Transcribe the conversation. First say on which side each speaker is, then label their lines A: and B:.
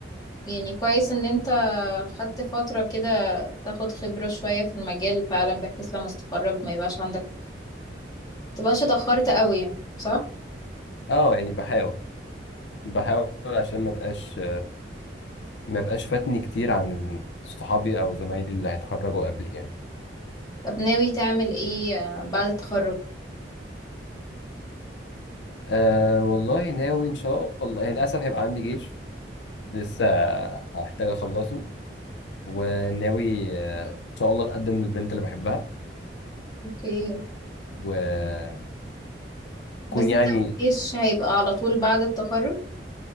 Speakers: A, on the left (about 20°); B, on the left (about 80°).
A: يعني كويس ان انت خدت فترة كده تاخد خبرة شوية في المجال فعلا بحيث لما تتخرج ما يبقاش عندك متبقاش اتأخرت قوي يعني صح؟
B: اه يعني بحاول بحاول عشان ما بقاش ما بقاش فاتني كتير عن صحابي او زمايلي اللي هيتخرجوا قبلي يعني
A: طب ناوي تعمل ايه آه، بعد التخرج؟
B: آه والله ناوي ان شاء الله يعني للاسف هيبقى عندي جيش لسه هحتاج اخلصه وناوي آه، ان شاء الله اتقدم للبنت اللي بحبها
A: اوكي
B: واكون
A: بس
B: يعني
A: انت مفيش هيبقى على طول بعد التخرج؟